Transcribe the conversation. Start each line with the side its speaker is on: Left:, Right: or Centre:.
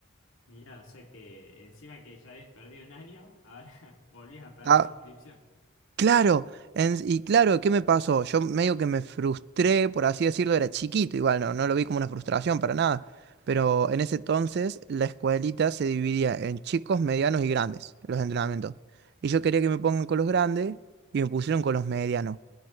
Left: Mirá, o sea que encima que ya habías perdido un año, ahora <laughs> volvías a perder
Right: Ah,
Left: la inscripción.
Right: Claro, en- y claro, ¿qué me pasó? Yo medio que me frustré, por así decirlo, era chiquito, igual no, no lo vi como una frustración para nada, pero en ese entonces la escuelita se dividía en chicos, medianos y grandes, los entrenamientos. Y yo quería que me pongan con los grandes y me pusieron con los medianos.